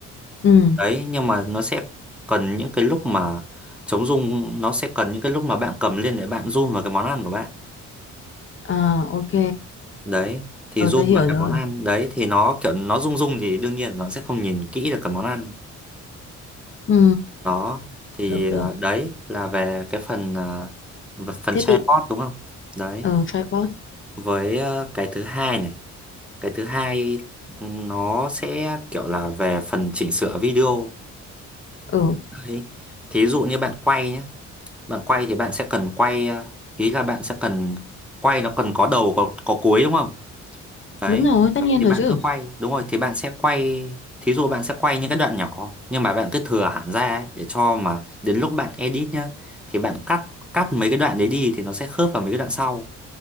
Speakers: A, on the left; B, in the centre.
A: Ừ,
B: đấy nhưng mà nó sẽ cần những cái lúc mà chống rung nó sẽ cần những cái lúc mà bạn cầm lên để bạn zoom vào cái món ăn của bạn
A: ờ, ok.
B: đấy thì
A: Ờ,
B: zoom
A: tôi hiểu
B: vào cái
A: rồi.
B: món ăn đấy thì nó kiểu nó rung rung thì đương nhiên nó sẽ không nhìn kỹ được cái món ăn
A: Ừ,
B: đó thì
A: được được.
B: ờ, đấy là về cái phần ờ, v- phần
A: Thiết
B: chatbot
A: bị
B: đúng không đấy
A: ờ tripod
B: với ờ, cái thứ hai này cái thứ hai ừ, nó sẽ kiểu là về phần chỉnh sửa video
A: Ừ,
B: đấy thí dụ như bạn quay nhé bạn quay thì bạn sẽ cần quay ờ, ý là bạn sẽ cần quay nó cần có đầu có có cuối đúng không đấy
A: đúng rồi, tất nhiên
B: thì
A: rồi
B: bạn
A: chứ.
B: cứ quay đúng rồi thì bạn sẽ quay thí dụ bạn sẽ quay những cái đoạn nhỏ nhưng mà bạn cứ thừa hẳn ra ấy, để cho mà đến lúc bạn edit nhá thì bạn cắt cắt mấy cái đoạn đấy đi thì nó sẽ khớp vào mấy cái đoạn sau